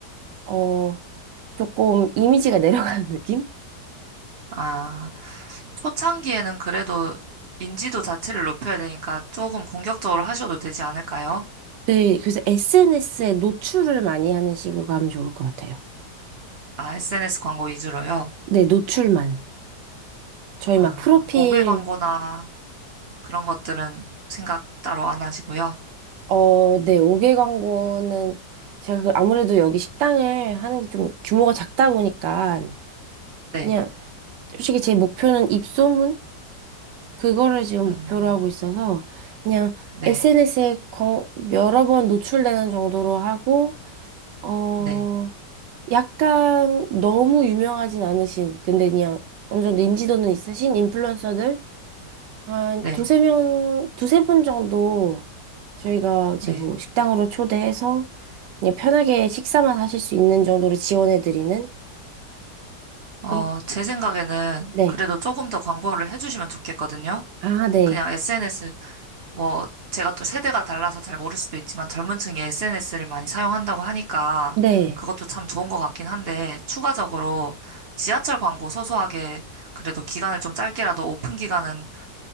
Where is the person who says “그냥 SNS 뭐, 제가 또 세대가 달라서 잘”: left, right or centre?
Right